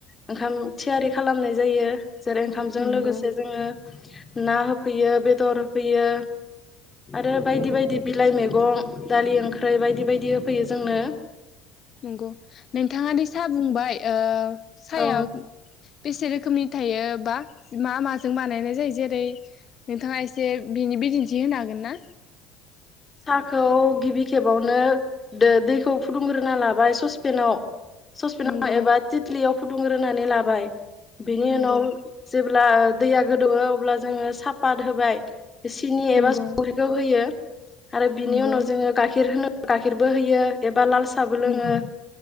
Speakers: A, on the left; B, on the left.
A: ओंखाम थियारि खालामनाय जायो। जेरै ओंखामजों
B: नंगौ
A: लोगोसे जोङो। ना होफैयो बेदर होफैयो। आरो बायदि-
B: नंगौ
A: बायदि बिलाइ मैगं मैगं दालि ओंख्रै बायदि -बायदि होफैयो जोंनो।
B: नंगौ। नोंथाङा दि साहा बुंबाय ओ साया।
A: औ
B: बेसे रोखोमनि थायो? बा मा माजों बानायनाय जायो जेरै नोंथाङा एसे बिनि बिदिन्थि होनो हागोन ना?
A: साहाखौ गिबि खेबावनो, दैखौ फुदुंग्रोना लाबाय ससपेनाव। ससपिन
B: नंगौ
A: एबा तितलि फुदुंग्रोनानै लाबाय। बेनि
B: नंगौ
A: उनाव जेब्ला दैया गोदौवो अब्ला जोङो सापात होबाय। सिनि
B: नंगौ
A: एबा संख्रिखौ होयो। आरो बिनि
B: नंगौ
A: उनाव जोङो गाइखेर होनो गाइखिरबो होयो एबा लाल सा साबो लोङो।
B: नंगौ